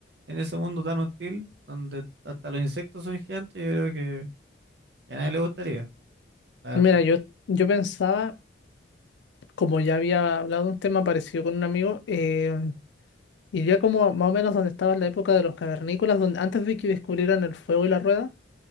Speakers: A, on the right; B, on the left.
A: en ese mundo tan hostil, donde hasta los insectos son gigantes, yo creo que, que a nadie le gustaría, la
B: Mira,
A: verdad.
B: yo, yo pensaba como ya había hablado de un tema parecido con un amigo, eh, iría como más o menos donde estaba en la época de los cavernícolas, donde antes de que descubrieran el fuego y la rueda,